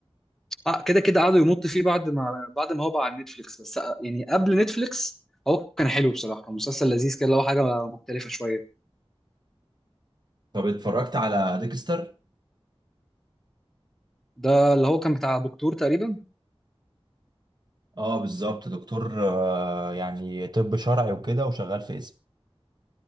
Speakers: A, in the centre; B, on the right.
A: آه، كده كده قعدوا يمط فيه بعد ما بعد ما هو بقى على نتفليكس بس آه، يعني قبل نتفليكس هو كان حلو بصراحه كان مسلسل لذيذ كده اللي هو حاجه مختلفه شويه
B: طب اتفرجت على ديكستر
A: ده اللي هو كان بتاع دكتور تقريبا
B: اه بالظبط دكتور آه، يعني طب شرعي وكده وشغال في اسم